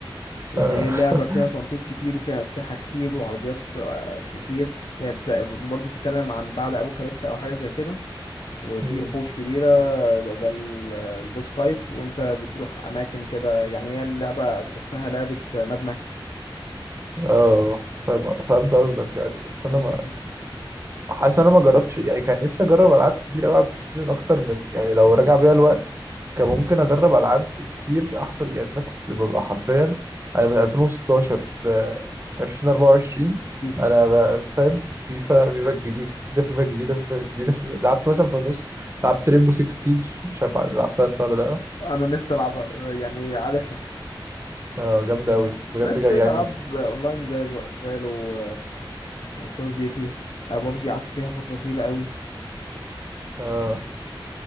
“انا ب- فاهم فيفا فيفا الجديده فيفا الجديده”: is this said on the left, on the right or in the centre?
Right